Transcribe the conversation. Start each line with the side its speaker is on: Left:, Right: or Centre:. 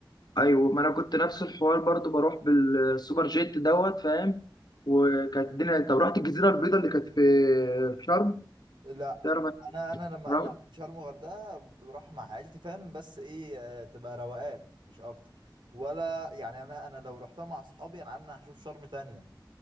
Left: ايوه ما انا كنت نفس الحوار برضو بروح بالسوبر جيت دوت فاهم وكانت الدنيا طب رحت الجزيره البيضاء اللي كانت في في شرم
Right: لا
Left: تعرف
Right: انا انا
Left: أنا-
Right: لما انا شرم الغردقه بروح مع عيلتي فاهم بس ايه آه، تبقى روقان مش اكتر ولا يعني انا انا لو رحتها مع اصحابي انا عندنا هشوف شرم تانية